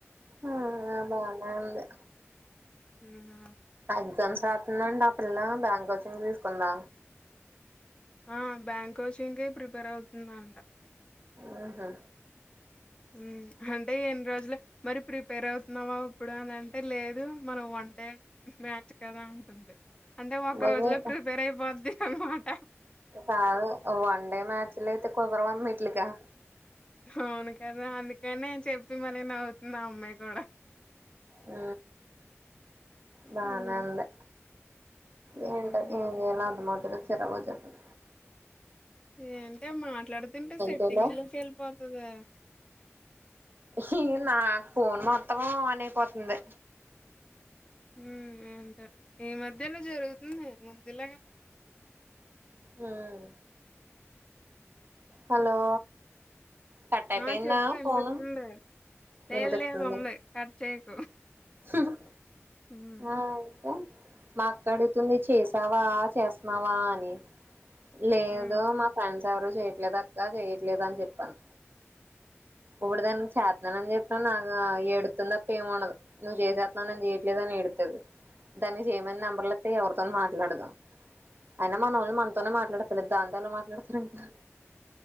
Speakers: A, on the right; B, on the left.
A: హా బానే ఉంది
B: అవునా
A: ఎగ్జామ్స్ రాతుందంట ఆ పిల్ల బ్యాంకోచింగ్ తీసుకుందా
B: ఆ బ్యాంక్ కోచింగ్కే ప్రిపేర్ అవుతుందంట
A: ఊహు
B: మ్మ్ అంటే ఎన్ని రోజుల మరి ప్రిప్ పేర్ అవుతున్నావా ఉప్పుడు అని అంటే లేదు మనం వన్ డే మ్యాచ్ కదా అంటుంది అంటే వొక్క
A: బాబోయ్
B: రోజులో ప్రిపేర్ అయిపోద్ది ను <unintelligible>
A: కాదు వన్ డే మాచ్ లోయతే కోదారావమ్మా ఇట్లేకే
B: అవును కదా అందుకనే చెప్పి మళ్ళీ నవ్వుతుంది ఆ అమ్మాయి కూడా
A: ఊ బానే
B: హ్మ్
A: ఉంది ఏంటో
B: హ్మ్
A: ఏం చేయాలో అర్థం మవ అదే చిరాకుచెతంది
B: ఏంటే మాట్లాడుతుంటే సెట్టింగ్స్
A: చేయాలో
B: లోకి ఎల్లపోతాది
A: చీ నాకు ఫోన్ మొత్తం ఆన్ అయిపోతుంది
B: హ్మ్ ఏంటో ఈ మధ్యనే జరుగుతుంది ముందు ఇలాగా
A: హ్మ్ హలో కట్టయిపోయిందా
B: ఆ చెప్పు వినిపిస్తుంది
A: ఫోను
B: లేదు
A: వినిపిస్తుంది
B: లేదు ఉంది కట్ చేయకు
A: హు హు
B: హ్మ్
A: అయ్ తే మా అక్క అడుగుతుంది చేసావా చేస్తున్నావా అని లేదూ
B: హ్మ్
A: మా ఫ్రెండ్స్ ఎవరు చేయట్లేదక్క చేయట్లేదు అని చెప్పాను ఇప్పుడు దానికి చే <unintelligible> ఇగ ఏడుతుంది తప్ప ఏం ఉండదు నువ్ చేసేతున్నవ్ నేను చేయట్లేదు అని ఏడుత్తది దానికి చేయమని నంబర్ల ఇస్తే ఎవరితో మాట్లాడదు అయినా మనోళ్లు మనతోనే మాట్లాడతలే దాంతో ఎలా మాట్లాడతారు ఇంకా